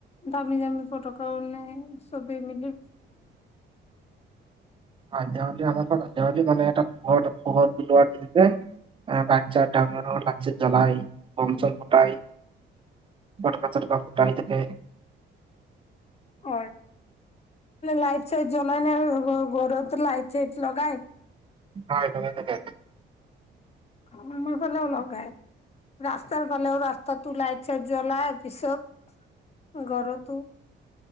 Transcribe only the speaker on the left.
দামি, দামি ফটকা ফুটাই চবেই মিলি
হ'য়, লাইট - চাইট জ্বলাই নে ঘৰতোত লাইট - চাইট লগাই।
আমাৰ ফালেও লগাই, ৰাস্তাৰ ফালেও ৰাস্তাটোতো লাইট। চাইট জ্বলাই পিছত ঘৰটো